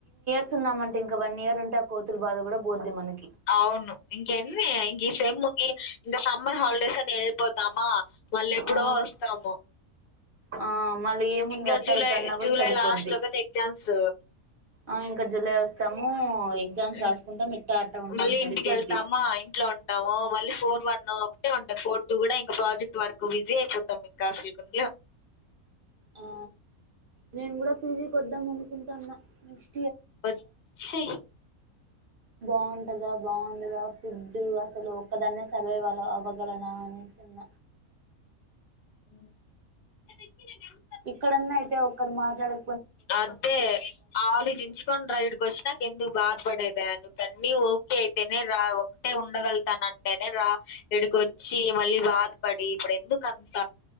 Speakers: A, on the right; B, on the left.
A: వస్తున్నామంటే ఇంకా వన్ ఇయర్ ఉంటే కోతులు బాధ కూడా బద్దిమనకి
B: అవును ఇంకేమీ ఇంక సెమ్ ఇంకా సమ్మర్ హాలిడేస్ అని వెళ్ళిపోతామా మళ్ళ ఎప్పుడో
A: ఆ
B: వస్తాము
A: ఆ మళీ ఏముంది
B: ఇంకా
A: అట్టా
B: జూలై
A: ఇట్ట అన్నా కూడా
B: జూలై
A: సరిపోద్ది
B: లాస్ట్‌లో కదా ఎగ్జామ్స్.
A: ఆ ఇంకా జులై వస్తాము ఎగ్జామ్స్
B: హ్మ్.
A: రాసుకుంటా మిట్టా అట్ట ఉంటాం
B: మళ్ళీ
A: సరిపోద్ది
B: ఇంటికెళ్తామా, ఇంట్లో ఉంటాము మళ్ళీ ఫోర్ వన్ ఒకటే ఉంటాంది ఫోర్ టూ కూడా ఇంకా ప్రాజెక్ట్ వర్క్ బిజీ అయిపోతాం ఇంకా అసలు గులో
A: ఆ నేను కూడా పీజీ కొద్దాం అనుకుంటాన్నా నెక్స్
B: వచ్చే
A: బాగుంటదా బాగుంటదా ఫుడ్ అసలు ఒక్కదాన్నే సర్వైవ్ అలా అవ్వగలనా అనే చిన్న
B: <inaudible>
A: ఇక్కడన్నా అయితే ఒకరు మాట్లాడారు
B: అదే ఆలోచించుకోని రైడ్ క్వశ్చనక్ ఎందుకు బాధ పడేపేను గన్ని ఓకే అయితేనే రా ఒకటే ఉండగలుగుతానంటేనే రా ఇడికోచ్చి మళ్ళీ బాధపడి ఇప్పుడు ఎందుకంత